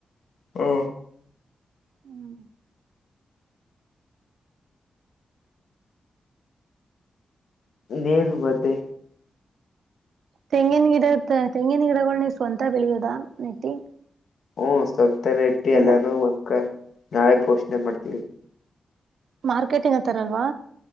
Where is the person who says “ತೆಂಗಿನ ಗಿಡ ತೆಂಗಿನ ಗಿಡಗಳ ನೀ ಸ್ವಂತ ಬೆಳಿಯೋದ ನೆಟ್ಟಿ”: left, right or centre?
Right